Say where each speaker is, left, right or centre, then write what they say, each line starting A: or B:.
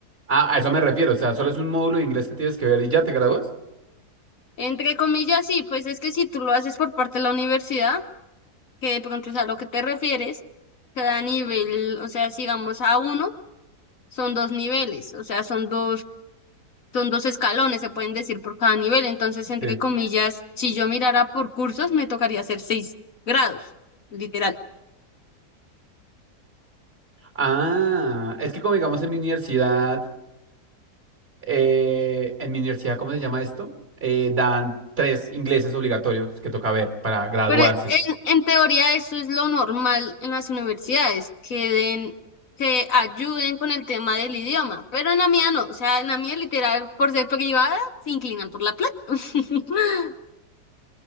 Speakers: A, on the right; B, on the left.
A: Ah, a eso me refiero, o sea, solo es un módulo de inglés que tienes que ver y ya te gradúas.
B: Entre comillas, sí, pues es que si tú lo haces por parte de la universidad, que de pronto es a lo que te refieres, cada nivel, o sea, sigamos a uno, son dos niveles, o sea, son dos, son dos escalones, se pueden decir por cada nivel. Entonces, entre
A: Sí.
B: comillas, si yo mirara por cursos, me tocaría hacer seis grados, literal.
A: Ah, es que como digamos en mi universidad, eh, en mi universidad, ¿cómo se llama esto? Eh, dan tres ingleses obligatorios que toca ver para graduarse.
B: Pero en, en teoría eso es lo normal en las universidades, que den, que ayuden con el tema del idioma, pero en la mía no, o sea, en la mía literal, por ser privada, se inclinan por la plata. <laughs>